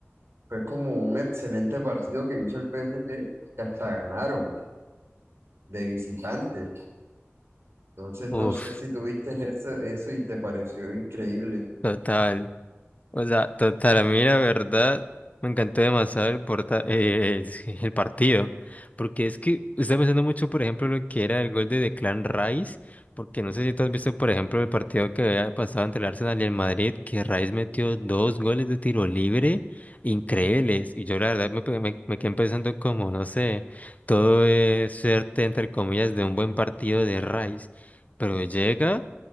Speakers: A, on the right; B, on the left.
A: fue como un excelente partido que hizo el PSG, que hasta ganaron de visitantes. Entonces,
B: Uf.
A: no sé si tuviste eso, eso y te pareció increíble.
B: Total. O sea, total, a mí la verdad me encantó demasiado el, porta- eh, es que el partido, porque es que estaba pensando mucho, por ejemplo, lo que era el gol de Declan Rice, porque no sé si tú has visto, por ejemplo, el partido que había pasado entre el Arsenal y el Madrid, que Rice metió dos goles de tiro libre increíbles, y yo la verdad me, pe- me, me quedé pensando como, no sé, todo es suerte, entre comillas, de un buen partido de Rice, pero llega...